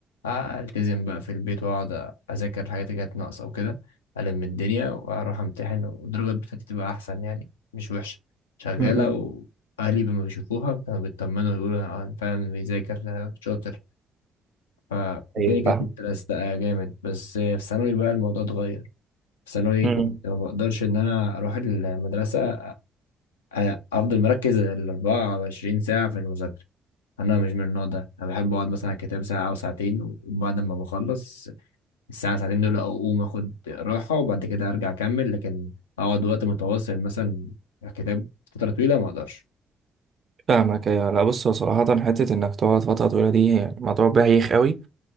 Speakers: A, on the left; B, on the right.
A: التزم بقى في البيت واقعد اذاكر الحاجات اللي كانت ناقصه وكده الم الدنيا واروح امتحن والدرجات بتاعتي تبقى احسن يعني مش وحشه شغاله
B: م-م.
A: واهلي لما بيشوفوها كانوا بيطمنوا يقولوا آه، فعلا بيذاكر آه، شاطر فالدنيا
B: ايوه
A: كانت
B: فاهم
A: متلزقه جامد بس في ثانوي بقى الموضوع اتغير في ثانوي
B: امم
A: كنت ما بقدرش ان انا اروح المدرسه أ- أ- افضل مركز ال 24 ساعه في المذاكره انا مش من النوع ده انا بحب اقعد مثلا على الكتاب ساعه او ساعتين وبعد ما بخلص الساعة ساعتين دول أقوم أخد راحة وبعد كده أرجع أكمل لكن أقعد وقت متواصل مثلا على كتاب فترة طويلة ما أقدرش
B: فاهمك ايوه لا بص هو صراحة حتة انك تقعد فترة طويلة دي يعني موضوع بايخ قوي